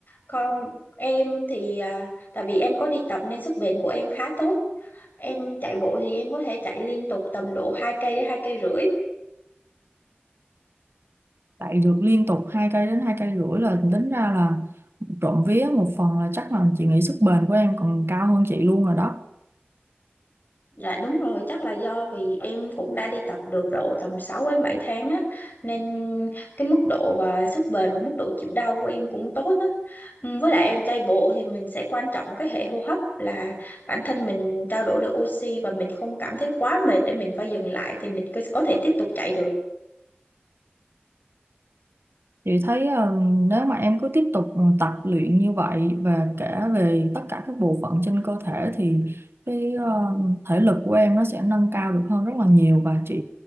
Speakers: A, on the left; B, on the right.
A: Không em thì à, tại vì em có đi tập nên sức bền của em khá tốt. Em chạy bộ thì em có thể chạy liên tục tầm độ 2 cây đến 2 cây rưỡi.
B: chạy được liên tục hai cây đến hai cây rưỡi là tính ra là trộm vía một phần là chắc là chị nghĩ sức bền của em còn cao hơn chị luôn rồi đó
A: Dạ đúng rồi, chắc là do vì em cũng đã đi tập được độ tầm 6 đến 7 tháng á nên cái mức độ và sức bền và mức độ chịu đau của em cũng tốt á. Ừ, Với lại em chạy bộ thì mình sẽ quan trọng cái hệ hô hấp là bản thân mình trao đổi được oxy và mình không cảm thấy quá mệt để mình phải dừng lại thì mình có thể tiếp tục chạy được.
B: Chị thấy ờ, nếu mà em cứ tiếp tục ừ, tập luyện như vậy và cả về tất cả các bộ phận trên cơ thể thì cái ờ, thể lực của em nó sẽ nâng cao được hơn rất là nhiều và chị